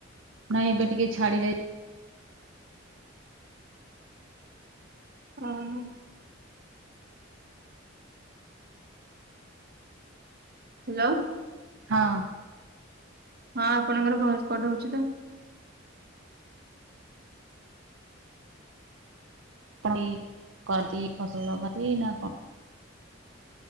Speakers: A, on the right; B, on the right.
A: ନାଇଁ ଏବେ ଟିକେ ଛାଡିଯାଇ
B: ଉଁ ହୁଁ। ହେଲୋ।
A: ହଁ।
B: ହଁ ଆପଣଙ୍କର ଭଏସେ କଟ୍ ହଉଚି ତ।
A: ପଣ୍ଡି କରନ୍ତି ଫସଲ ଲଗାନ୍ତି ନା କଣ?